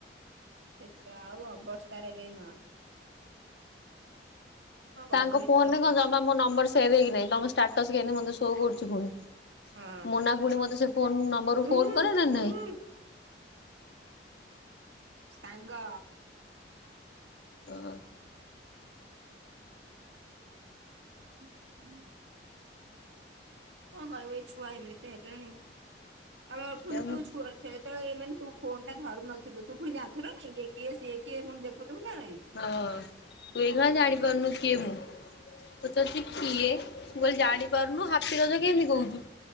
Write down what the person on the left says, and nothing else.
ତାଙ୍କ
ଫୋନ
ରେ କଣ ଜମା ମୋ ନମ୍ବର ସେ ସେଭ୍ ହେଇକି ନାହିଁ ତମ ଷ୍ଟାଟସ କେମତି ମୋତେ ସୋ କରୁଛି ପୁଣି?
ମୋନା ପୁଣି ମତେ ସେ ଫୋନ ନମ୍ବରରୁୁ
ଫୋନ କରେ ନା
ନାଇ?
ଓହ।
ସେ ମୁଁ
ହଁ ତୁ ଏଇ ନା ଜାଣିପାରୁନୁ କିଏ ମୁଁ? ପଚାରୁଛି କିଏ ମୁଁ କହିଲି ଜାଣି ପାରୁନୁ ହାପି ରଜ କେମିତି କହୁଛୁ?